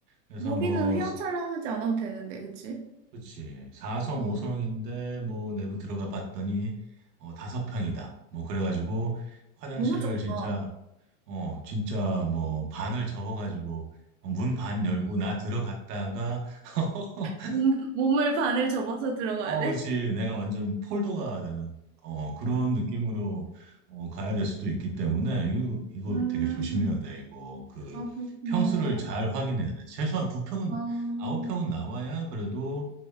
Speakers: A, on the right (about 85°); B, on the right (about 50°).
A: 그래서
B: 로비는
A: 뭐,
B: 휘황찬란하지 않아도 되는데, 그치?
A: 그치, 4성,
B: 응.
A: 5성인데, 뭐, 내부 들어가 봤더니, 어, 5평이다. 뭐, 그래가지고, 화장실을
B: 너무 좁다.
A: 진짜, 어, 진짜 뭐 반을 접어가지고 어, 문반 열고 나 들어갔다가 <laughs>
B: 몸, 몸을 반을 접어서 들어가야
A: 어,
B: 돼?
A: 그렇지. 내가 완전 폴더가 되는 어, 그런 느낌으로 어, 가야 될 수도 있기 때문에 이거 이거
B: 음.
A: 되게 조심해야 돼. 이거 그
B: 아, 그렇구나.
A: 평수를 잘 확인해야 돼. 최소한 9평은
B: 아,
A: 9평은 나와야 그래도